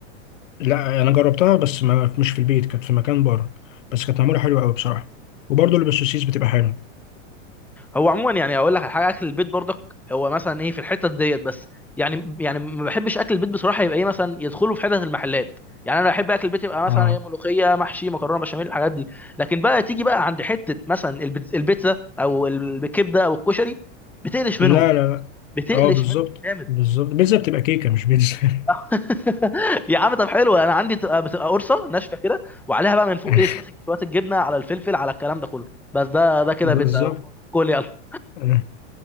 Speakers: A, on the left (about 85°); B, in the centre.
A: لا انا جربتها بس ما مش في البيت كانت في مكان بره بس كانت معموله حلوه قوي بصراحه وبرضه اللي بالسوسيس بتبقى حلوه
B: هو عموما يعني اقول لك على حاجه اكل البيت برضك هو مثلا ايه في الحته ديت بس يعني يعني ما بحبش اكل البيت بصراحه يبقى ايه مثلا يدخلوا في حته المحلات يعني انا احب اكل البيت يبقى مثلا
A: اه
B: ايه ملوخيه محشي مكرونه بشاميل الحاجات دي لكن بقى تيجي بقى عند حته مثلا البيت- البيتزا او الكبده او الكشري بتقلش
A: لا
B: منهم
A: لا لا
B: بتقلش
A: اه بالظبط
B: منهم جامد
A: بالظبط بيتزا بتبقى كيكه مش بيتزا
B: <laughs> يا عم طب حلو انا عندي بتبقى بتبقى قرصه ناشفه كده وعليها بقى من فوق
A: <laughs>
B: ايه شويه شويه الجبنه على الفلفل على الكلام ده كله بس ده ده كده
A: بالظبط
B: بيتزا اهو كل يلا
A: طب